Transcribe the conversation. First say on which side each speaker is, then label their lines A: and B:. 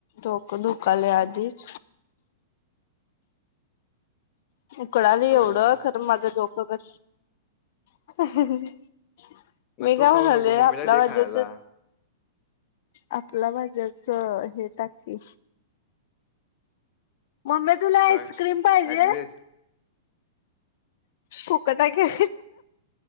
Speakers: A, on the left (about 60°); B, on the left (about 40°).
A: डोकं धुकायला आधीच उकडाली
B: ठेवायचं
A: एवढं
B: म्हणलं
A: खरं माझं झोक क <unintelligible>
B: मग
A: मी
B: तू
A: काय म्हणालोय,
B: खाऊ नको मम्मीला
A: आपल्या
B: दे
A: भाजेच
B: खायला
A: आपला भाज्याच हे टाक, की मम्मी तुला
B: काय?
A: आईस्क्रीम पाहिजे,
B: ऍड्रेस
A: फुकट हाय का